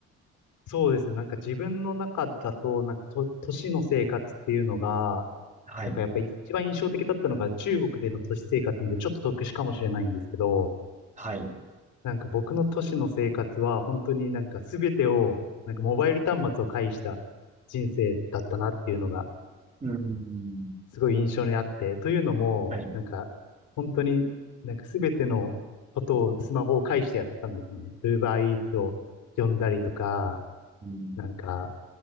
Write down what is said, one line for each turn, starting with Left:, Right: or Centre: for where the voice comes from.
Left: そうですね。なんか自分の中だと、なんかと、都市の生活っていうのが、
Right: はい。
Left: なんかやっぱり一番印象的だったのが中国での都市生活んでちょっと特殊かもしれないんですけど、
Right: はい。
Left: なんか僕の都市の生活は本当になんか全てを、なんかモバイル端末を介した人生だったなっていうのが
Right: うーん。
Left: すごい印象にあって、というのも、
Right: はい。
Left: なんか、本当になんかすべてのことをスマホを介してやってたんですね。Uber Eats を呼んだりとか、
Right: うん。
Left: なんか、